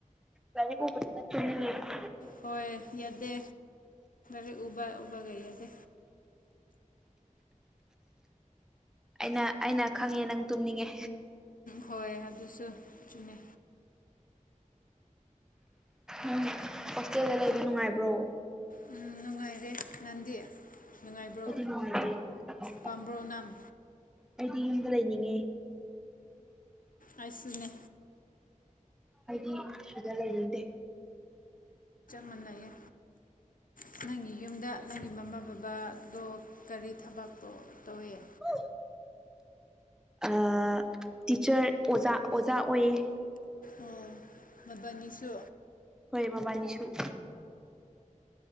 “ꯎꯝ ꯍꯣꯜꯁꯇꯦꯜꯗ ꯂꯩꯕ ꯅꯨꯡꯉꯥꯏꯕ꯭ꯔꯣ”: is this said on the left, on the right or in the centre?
Centre